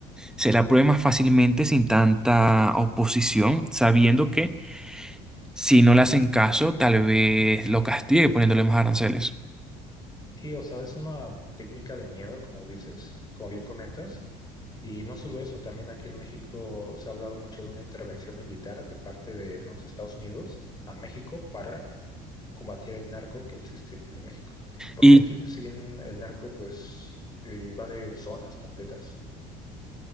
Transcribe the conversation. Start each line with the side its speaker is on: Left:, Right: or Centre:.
Centre: se la apruebe más fácilmente sin tanta oposición, sabiendo que si no le hacen caso, tal vez lo castigue poniéndole más aranceles.
Left: Sí, o sea, es una técnica de miedo, como dices, como bien comentas. Y no solo eso, también aquí en México se ha hablado mucho de una intervención militar de parte de los Estados Unidos a México para combatir el narco que existe en México. Porque
Centre: Y
Left: aquí, si bien el narco pues eh, invade zonas completas,